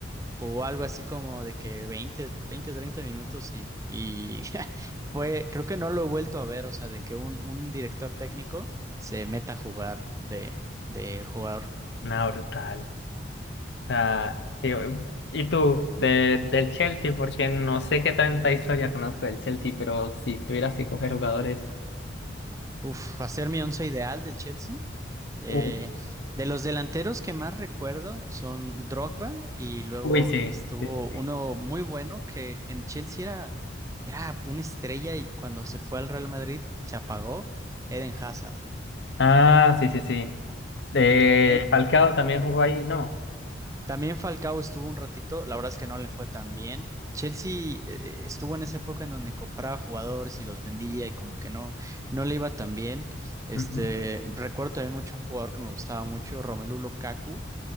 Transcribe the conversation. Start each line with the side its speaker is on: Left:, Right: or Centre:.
Right: o algo así como de que 20 20, 30 minutos y, y <laughs> fue, creo que no lo he vuelto a ver, o sea, de que un, un director técnico se meta a jugar de, de jugador.
Left: nada brutal. Ah, sí, y tú, de, del Chelsea, porque no sé qué tanta historia conozco del Chelsea, pero si tuvieras que coger jugadores,
Right: Uf, hacer mi once ideal del Chelsea. Eh,
Left: uh,
Right: de los delanteros que más recuerdo son Drogba y luego
Left: Uy, sí,
Right: estuvo
Left: sí, sí. sí.
Right: uno muy bueno que en Chelsea era, era una estrella y cuando se fue al Real Madrid se apagó, Eden Hazard.
Left: Ah, sí, sí, sí. De
Right: Eden,
Left: Falcao también jugó ahí, ¿no?
Right: También Falcao estuvo un ratito, la verdad es que no le fue tan bien. Chelsea eh, estuvo en esa época en donde compraba jugadores y los vendía y como que no, no le iba tan bien. Este,
Left: Ujú.
Right: recuerdo también mucho un jugador que me gustaba mucho, Romelu Lukaku.